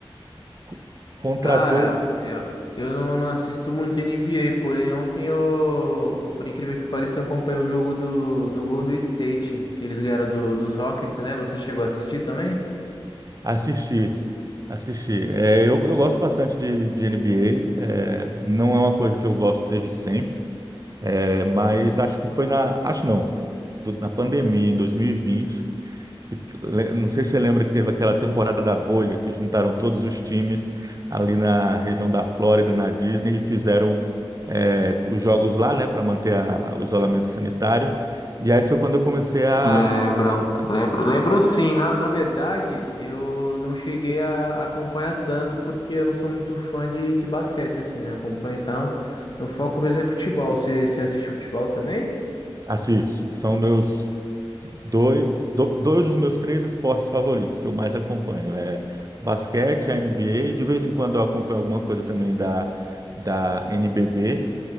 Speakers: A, on the right; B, on the left.
A: co- contratou
B: Cara, eu, eu não, não assisto muito NBA, porém ontem eu, por incrível que pareça, eu acompanhei o jogo do, do Golden State, que eles ganharam do, dos Rockets, né? Você chegou a assistir também?
A: assistir, assistir. É, eu, eu gosto bastante de, de NBA. é, não é uma coisa que eu gosto desde sempre, é, mas acho que foi na, acho não, do- na pandemia em 2020. que- le- Não sei se você lembra que teve aquela temporada da bolha que juntaram todos os times ali na região da Flórida, na Disney, e fizeram é, os jogos lá, né, para manter a- o isolamento sanitário. E aí foi quando eu comecei a,
B: Lembro,
A: a
B: lembro, lembro sim. Na, na verdade, eu não cheguei a acompanhar tanto porque eu não sou muito fã de, de basquete, assim, né? Eu acompanho e tal. Meu foco mesmo é futebol. Você, você assiste futebol também?
A: assistir. São meus dois, do- dois dos meus três esportes favoritos que eu mais acompanho. É basquete, a NBA, de vez em quando eu acompanho alguma coisa também da, da NBB.